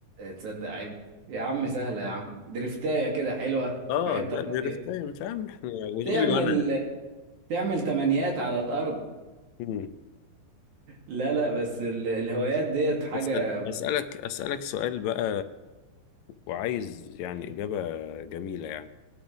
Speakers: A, on the right (about 60°); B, on the left (about 80°).
A: تصدق عيب يا عم سهلة يا عم درفتاية كده حلوة
B: اه
A: في حتة
B: ده
A: فاضية
B: ده ريفتايم فاهم احنا وتقول
A: تعمل
B: لي وانا
A: تعمل تمانيات على الأرض
B: مم.
A: لا لا بس ال... الهوايات ديت حاجة
B: بس أسألك أسألك سؤال بقى وعايز يعني إجابة جميلة يعني